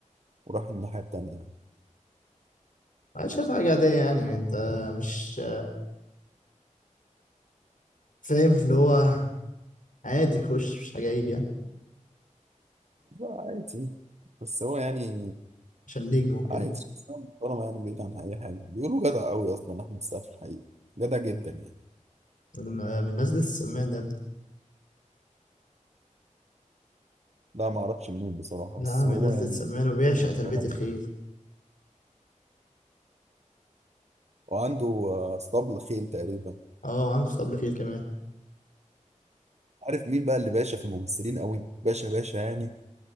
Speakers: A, on the right; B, on the left.
A: وراح الناحيه التانيه
B: انا شايف حاجه عاديه يعني انت مش آه، فاهم اللي هو عادي خش مش حاجه عيب يعني
A: لا عادي بس هو يعني
B: عشان نجم وكده
A: عادي شخصيه محترمه يعني بعيد عن اي حاجه بيقولوا جدع قوي اصلا احمد السقا في الحقيقه جدع جدا يعني
B: من آه، من الناس دي السمان ده
A: لا ما اعرفش منين بصراحه
B: لا
A: بس
B: من
A: هو
B: ناس
A: يعني
B: ذات سمان وبيعشق
A: هو محترم
B: تربية الخيل
A: يعني. وعنده آه، اسطبل خيل تقريبا
B: اه وعنده اسطبل خيل كمان
A: عارف مين بقى اللي باشا في الممثلين قوي باشا باشا يعني